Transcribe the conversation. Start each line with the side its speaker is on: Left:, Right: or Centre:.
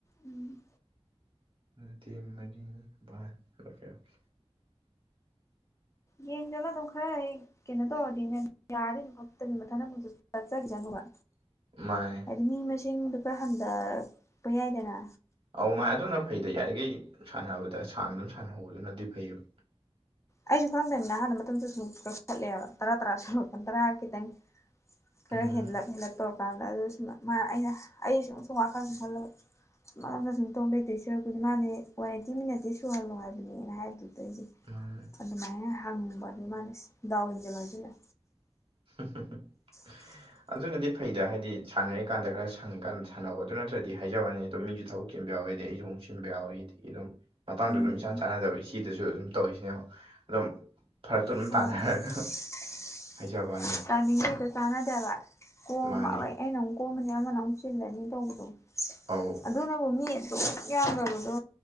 Left: ꯎꯝ꯫
Right: ꯑꯗꯤ ꯃꯔꯤ ꯅꯤꯄꯥꯟ ꯑ‌ꯣꯀ‌ꯦ ꯑ‌ꯣꯀ‌ꯦ
Left: ꯌꯦꯖꯂ‌ꯣ ꯑꯗꯨꯝ ꯈꯌ ꯍꯥꯏ ꯀꯩꯅꯣ ꯇꯧꯔꯗꯤꯅꯦ ꯌꯥꯔꯗꯤ ꯑꯗꯨꯝ ꯃꯊꯟꯗ ꯑꯗꯨꯝ ꯆꯠꯆꯒꯤꯖ ꯅ‌ꯣꯕ
Right: ꯃꯥꯅꯦ꯫
Left: ꯍꯥꯏꯗꯤ ꯃꯤ ꯃꯁꯤꯡꯗꯨꯀ ꯍꯟꯗꯔꯛꯄ ꯌꯥꯏꯗꯅ꯫
Right: ꯑꯧ ꯃꯥꯥꯏ ꯑꯗꯨꯅ ꯐꯩꯗ ꯌꯥꯔꯤꯈꯩ ꯁꯥꯟꯅꯕꯗ ꯁꯥꯡ ꯑꯗꯨꯝ ꯁꯥꯟꯅꯍꯧꯕꯗꯨꯅꯗꯤ ꯐꯩꯕ
Left: ꯑꯩꯁꯨ ꯈꯪꯗꯃꯤꯅ ꯑꯍꯥꯟꯅ ꯃꯇꯝꯗꯁꯨ ꯁ ꯀꯊꯠꯂꯦꯕ ꯇꯔꯥ ꯇꯔꯥ ꯁꯂꯨꯄ ꯇꯔꯥ ꯈꯤꯇꯪ ꯈꯔ
Right: ꯎꯝ
Left: ꯍꯦꯟꯂꯞ ꯍꯦꯟꯂꯞ ꯇꯧꯔꯀ ꯀꯥꯟꯗ ꯑꯗꯨꯁꯨ ꯃꯥ ꯑꯩꯅ ꯑꯩ ꯁ ꯁꯨꯝ ꯋꯥꯈꯜ ꯁꯨꯝ ꯈꯜꯂꯕ꯫ ꯝꯅ ꯁꯨꯝ ꯇꯧ ꯂꯩꯗ‌ꯣꯏ ꯁꯣꯏꯨꯔꯛꯄꯨꯗꯤ ꯃꯥꯅꯦ ꯋꯥꯔꯦꯟꯇꯤ ꯃꯤꯅꯠꯇꯤ ꯁꯨꯍꯜꯂꯣ ꯍꯥꯏꯕꯅꯦꯅ ꯍꯥꯏꯕꯗꯨꯗ ꯑꯩꯗꯤ
Right: ꯃꯥꯅꯦ
Left: ꯑꯗꯨꯃꯥꯏꯅ ꯍꯪꯕꯅꯤ ꯃꯥꯜꯅ ꯗꯥꯎꯏꯟꯁꯦ ꯂꯣꯏꯁꯤꯜꯂ
Right: <unintelligible>
Left: <inaudible>
Right: ꯑꯗꯨꯅꯗꯤ ꯐꯩꯗ ꯍꯥꯏꯗꯤ ꯁꯥꯟꯅꯔꯤꯀꯥꯟꯗ ꯈꯔ ꯁꯪꯀꯥꯟ ꯁꯥꯟꯅꯧ ꯑꯗꯨ ꯅꯠꯇ꯭ꯔꯗꯤ ꯍꯥꯏꯖꯕꯨꯑꯥꯅꯤ ꯑꯗꯨꯝ ꯃꯤꯁꯨ ꯊꯕꯛ ꯕ ꯌꯥꯎꯋꯤꯗꯤ ꯑꯩꯁꯨꯨ ꯁꯤꯟꯕ ꯌꯥꯎꯋꯤꯗꯒꯤ ꯑꯗꯨꯝ ꯃꯇꯥꯡꯗ
Left: ꯎꯝ
Right: ꯑꯗꯨꯝ ꯏꯆꯥꯟ ꯆꯥꯟꯅꯗꯕ ꯏꯆꯦꯗꯁꯨ ꯑꯗꯨꯝ ꯇꯧꯔꯤꯁꯤꯅꯦꯕ ꯑꯗꯨꯝ ꯐꯔꯛꯇꯨ ꯑꯗꯨꯝ
Left: ꯍꯣꯏ
Right: ꯇꯥꯟꯅꯔꯒ
Left: <unintelligible>
Right: ꯍꯩꯖꯥꯕꯥꯅꯤ꯫
Left: ꯇꯥꯏꯃꯤꯡꯗꯣ ꯍꯦꯛꯇ ꯆꯅꯗꯦ ꯍꯥꯏꯕ ꯀꯣ
Right: ꯃꯥꯅꯤ
Left: ꯃꯥ꯫ ꯑꯩꯩꯅ ꯑꯃꯨꯛ ꯀꯣꯝꯃꯅꯤ ꯑꯃꯅ ꯑꯃꯨꯛ ꯆꯤꯜꯂꯅꯤ ꯇꯧꯕꯗꯣ
Right: ꯑꯧ
Left: ꯑꯗꯨꯅꯕꯨ ꯃꯤ ꯑꯁꯨꯛ ꯌꯥꯝꯂꯕꯗꯣ